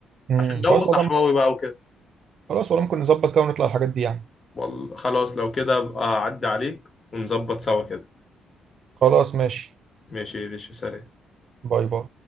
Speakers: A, on the right; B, on the left.
A: امم
B: عشان جو
A: خلاص
B: صحراوي
A: والله
B: بقى وكده
A: خلاص والله ممكن نظبط كده ونطلع الحاجات دي يعني
B: وال- خلاص لو كده ابقى اعدي عليك ونظبط سوا كده
A: خلاص ماشي
B: ماشي ماشي سلام
A: باي باي